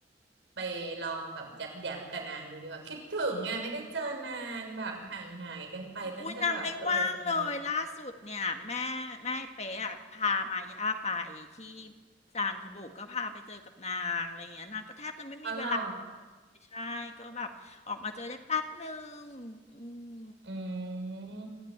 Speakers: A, on the right; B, on the left.
A: ไปลองแบบแยบแยบกับนางดูดีกว่าคิดถึงไงไม่ได้เจอนานแบบห่างหายกันไปตั้งแต่แบบเออตอนนี้
B: อุ้ยนางไม่ว่างเลยล่าสุดเนี่ยแม่แม่เป๊ะอะพามาย่าไปที่จันทบุรีก็พาไปเจอกับนางอะไรอย่างเงี้ยนางก็แทบจะไม่มีเวลา
A: อ๋อเหรอ
B: ใช่ก็แบบออกมาเจอได้แป๊บหนึ่งอืม
A: อืม